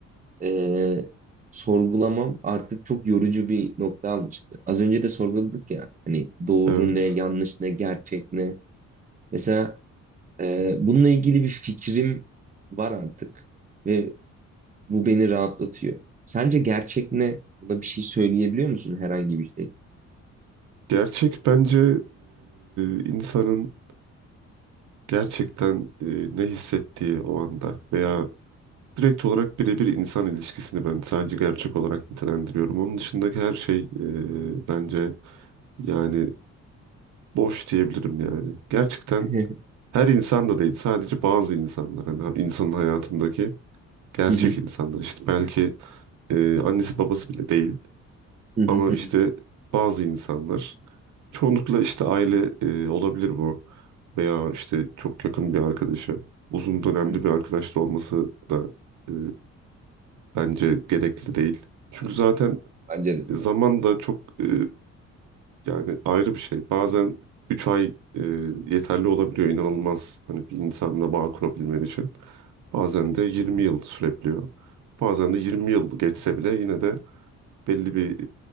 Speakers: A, on the right (about 25°); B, on the right (about 75°).
A: e, sorgulamam artık çok yorucu bir nokta almıştı. Az önce de sorguladık ya hani doğru
B: Evet.
A: ne, yanlış ne, gerçek ne. Mesela e, bununla ilgili bir fikrim var artık ve bu beni rahatlatıyor. Sence gerçek ne? Buna bir şey söyleyebiliyor musun herhangi bir şey?
B: Gerçek bence e, insanın gerçekten e, ne hissettiği o anda veya direkt olarak birebir insan ilişkisini ben sadece gerçek olarak nitelendiriyorum. Onun dışındaki her şey e, bence yani boş diyebilirim yani. Gerçekten
A: <laughs>
B: her insan da değil sadece bazı insanlar hani insanın hayatındaki gerçek
A: Hı hı,
B: insanlar işte belki e, annesi babası bile değil.
A: hı hı,
B: Ama
A: hı
B: işte
A: hı,
B: bazı insanlar çoğunlukla işte aile e, olabilir bu veya işte çok yakın bir arkadaşı, uzun dönemli
A: hı hı.
B: bir arkadaş da olması da e, bence gerekli değil. Çünkü zaten
A: Bence de.
B: zaman da çok e, yani ayrı bir şey. Bazen 3 ay e, yeterli olabiliyor inanılmaz hani bir insanla bağ kurabilmen için. Bazen de 20 yıl sürebiliyor. Bazen de 20 yıl geçse bile yine de belli bir